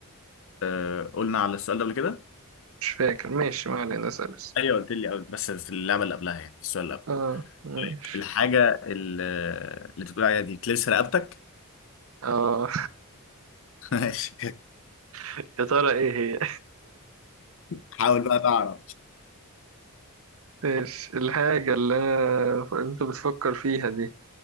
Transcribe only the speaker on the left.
آه، قلنا على السؤال ده قبل كده
ايوه قلت لي قبل بس في اللعبه اللي قبلها يعني في السؤال اللي قبل
طيب، الحاجه ال- اللي انت بتقول عليها دي بتلبس رقبتك
<laughs> ماشي
حاول بقى تعرف